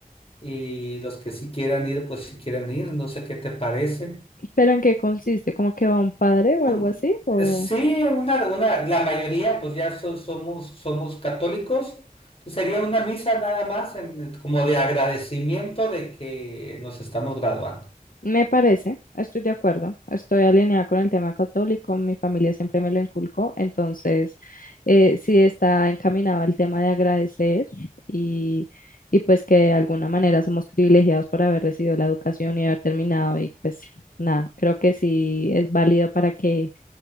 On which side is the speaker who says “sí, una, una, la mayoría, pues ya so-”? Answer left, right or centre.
Left